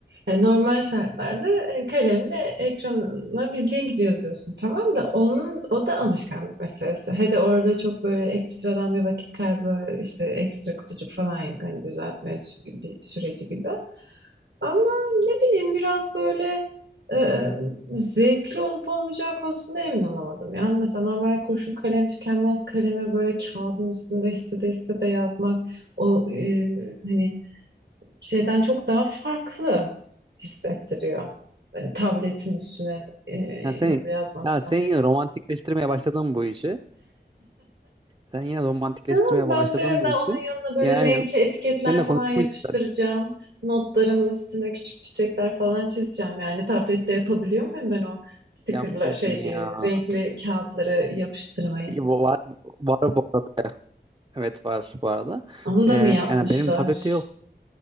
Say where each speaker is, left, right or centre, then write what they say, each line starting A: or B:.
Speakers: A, on the right; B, on the right.
A: E, Normal şartlarda e, kalemle ekrana bildiğin gibi yazıyorsun tamam da onun o da alışkanlık meselesi. He de orada çok böyle ekstradan bir vakit kaybı işte ekstra kutucuk falan yok hani düzeltme sü- bir süreci gibi. Ama ne bileyim biraz böyle e, zevkli olup olmayacağı konusunda emin olamadım. Yani mesela normal kurşun kalem tükenmez kalemi böyle kağıdın üstünde hissede hissede yazmak o e, hani şeyden çok daha farklı hissettiriyor. E, tabletin üstüne e,
B: Ya sen
A: yazı yazmaktan.
B: ya sen yine romantikleştirmeye başladın bu işi. Sen yine romantikleştirmeye
A: Ama
B: başladın
A: Ben severim
B: bu
A: daha
B: işi.
A: onun yanına böyle
B: Yani
A: renkli etiketler
B: seninle konuşmayacağım.
A: falan yapıştıracağım. Notlarımın üstüne küçük çiçekler falan çizeceğim. Yani tablette yapabiliyor muyum ben o stickerla
B: Yapma
A: şey
B: bunu ya.
A: e, renkli kağıtları yapıştırmayı?
B: Var, var bu arada. Evet var bu arada.
A: Onu
B: Ee,
A: da mı yapmışlar?
B: yani benim tablette yok.